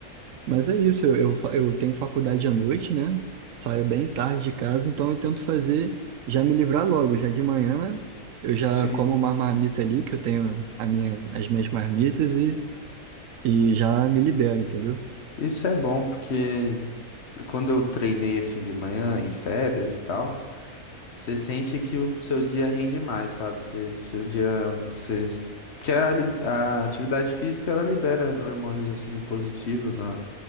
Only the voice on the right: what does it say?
Mas é isso, eu, eu, fa- eu tenho faculdade à noite, né? Saio bem tarde de casa, então eu tento fazer, já me livrar logo, já de manhã eu já
como uma marmita ali, que eu tenho a minha, as minhas marmitas e, e já me libero, entendeu?